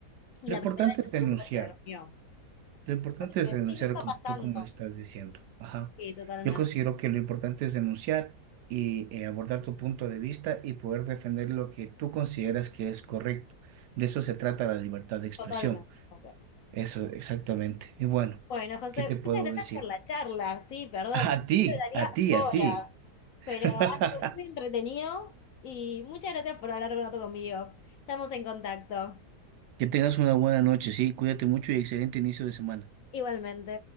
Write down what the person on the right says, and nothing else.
Lo
importante
es
denunciar.
Lo importante
es denunciar
como
tú como estás diciendo. Ajá.
Yo considero que lo importante es denunciar y eh, abordar tu punto de vista y poder defender lo que tú consideras que es correcto. De eso se trata la libertad de expresión.
Eso, exactamente. Y bueno,
¿qué te puedo
decir?
<laughs>
A
ti,
a ti,
a ti. <laughs>
Que tengas una buena noche, sí. Cuídate mucho y excelente inicio de semana.